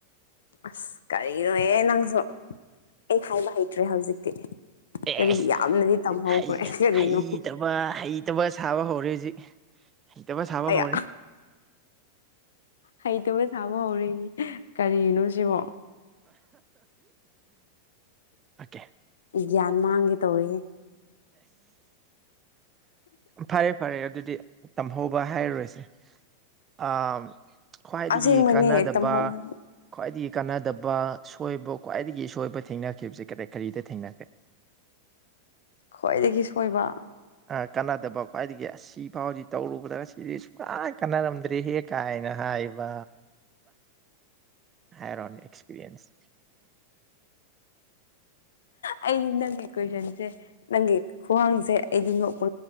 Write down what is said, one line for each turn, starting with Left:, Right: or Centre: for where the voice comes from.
Left: ꯑꯁ ꯀꯔꯤꯅꯣꯌꯦ ꯅꯪꯁꯨ ꯑꯩ ꯍꯥꯏꯕ ꯍꯩꯇ꯭ꯔꯦ ꯍꯧꯖꯤꯛꯇꯤ
Right: ꯑꯦꯁ
Left: ꯀꯔꯤ ꯌꯥꯝꯅꯗꯤ ꯇꯝꯍꯧꯈ꯭ꯔꯦ
Right: ꯍꯩ
Left: ꯀꯔꯤꯅꯣ
Right: ꯍꯩꯇꯕ ꯍꯩꯇꯕ ꯁꯥꯕ ꯍꯧꯔꯦ ꯍꯧꯖꯤꯛ ꯍꯩꯇꯕ ꯁꯥꯕ
Left: ꯑꯌꯥ
Right: ꯍꯧꯔꯦ
Left: ꯍꯩꯇꯕ ꯁꯥꯕ ꯍꯧꯔꯦ ꯀꯔꯤꯅꯣ ꯁꯤꯕꯣ
Right: ꯑꯣꯀꯦ
Left: ꯒ꯭ꯌꯥꯟ ꯃꯥꯡꯒꯦ ꯇꯧꯋꯦꯍꯦ
Right: ꯐꯔꯦ ꯐꯔꯦ ꯑꯗꯨꯗꯤ ꯇꯝꯍꯧꯕ ꯍꯥꯏꯔꯔꯣꯏꯁꯦ ꯑ ꯈ꯭ꯋꯥꯏꯗꯒꯤ
Left: ꯑꯁꯦꯡꯕꯅꯦ
Right: ꯀꯥꯟꯅꯗꯕ
Left: ꯇꯝꯍꯧ ꯍꯥꯏꯕ
Right: ꯈ꯭ꯋꯥꯏꯗꯒꯤ ꯀꯥꯟꯅꯗꯕ ꯁꯣꯏꯕ ꯈ꯭ꯋꯥꯏꯗꯒꯤꯁꯣꯏꯕ ꯊꯦꯡꯅꯈꯤꯕꯁꯦ ꯀꯔꯤ ꯀꯔꯤꯗ ꯊꯦꯡꯅꯈꯦ
Left: ꯈ꯭ꯋꯥꯏꯗꯒꯤ ꯁꯣꯏꯕ
Right: ꯑ ꯀꯥꯟꯅꯗꯕ ꯈ꯭ꯋꯥꯏꯗꯒꯤ ꯑꯁ ꯁꯤꯐꯥꯎꯁꯤ ꯇꯧꯔꯨꯕꯗꯒ ꯁꯤꯗꯤ ꯁꯨꯡꯂꯥꯏ ꯀꯥꯟꯅꯔꯝꯗ꯭ꯔꯦꯍꯦ ꯀꯥꯏꯅ ꯍꯥꯏꯌꯦꯕ ꯍꯥꯏꯔꯟ ꯑꯦꯛꯁꯄꯤꯔꯤꯌꯦꯟꯁ
Left: ꯑꯩꯅꯤ ꯅꯪꯒꯤ ꯀꯣꯏꯁꯟꯁꯦ ꯅꯪꯒꯤ ꯈ꯭ꯋꯥꯡꯁꯦ ꯑꯩꯗꯤ ꯅꯣꯛꯄ